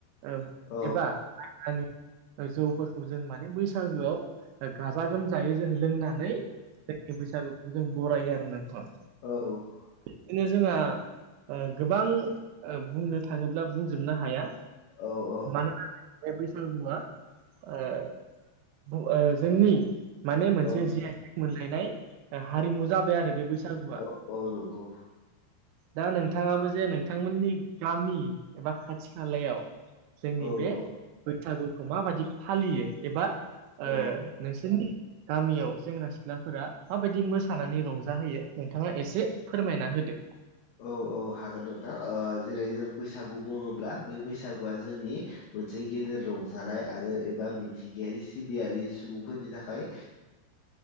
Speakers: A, on the right; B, on the left.
A: ओ
B: औ
A: एबा मायब्रानि जौफोरखौ जों माने बैसागोआव गाजा गोमजायै जों लोंनानै जोंनि बैसागुखौ जों बरायो आरो नोंथां।
B: औ
A: बिदिनो जोंहा गोबां ओ बुंनो थाङोब्ला बुंजोबनो हाया।
B: औ
A: मानोना बे बैसागुआ ओ खौ ओ जोंनि माने मोनसे
B: औ
A: जि आइ टेक मोनलायनाय हारिमु जाबाय आरो बे बैसागुआ।
B: औ औ नंगौ
A: दा नोंथाङाबो जे नोंथांमोननि गामि एबा खाथि खालायाव जोंनि
B: औ
A: बे बैसागुखौ माबायदि फालियो एबा
B: औ
A: ओ नोंसोरनि गामियाव सेंग्रा सिख्लाफोरा माबायदि मोसानानै रंजाहोयो नोंथाङा एसे फोरमायना होदो।
B: औ औ हागोन नोंथां ओ जेरै जों बैसागु बुङोब्ला बे बैसागुआ जोंनि मोनसे गेदेर रंजानाय आरो एबा मिथिंगायारि सिबियारि सुबुंफोरनि थाखाय